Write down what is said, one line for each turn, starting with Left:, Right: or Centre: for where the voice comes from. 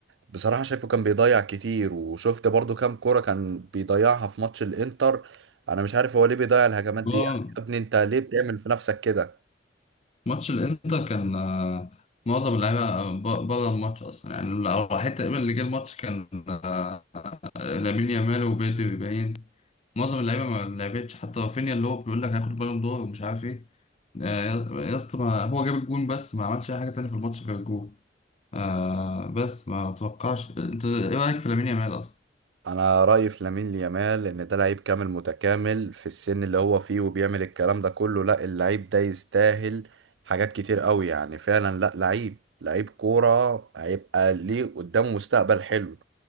Right: بصراحة شايفه كان بيضيع كتير وشفت برضو كام كورة كان بيضيعها في ماتش الانتر انا مش عارف هو ليه بيضيع الهجمات
Left: هو
Right: دي يعني يا ابني انت ليه بتعمل في نفسك كده
Left: ماتش الانتر كان آه، معظم اللعيبه بره الماتش اصلا يعني الوحيد تقريبا اللي جه الماتش كان آه، لامين يامال وبيدري باين معظم اللعيبه ما لعبتش حتى رافينيا اللي هو بيقول لك هياخد بالون دور ومش عارف ايه آه، يا يا اسطى ما- هو جاب الجون بس ما عملش اي حاجه تانية في الماتش غير الجون آه بس ما اتوقعش انت ايه رايك في لامين يامال اصلا؟
Right: انا رأيي في لامين يامال ان ده لعيب كامل متكامل في السن اللي هو فيه وبيعمل الكلام ده كله لا اللعيب ده يستاهل حاجات كتير قوي يعني فعلا لا لعيب لعيب كورة هيبقى ليه قدامه مستقبل حلو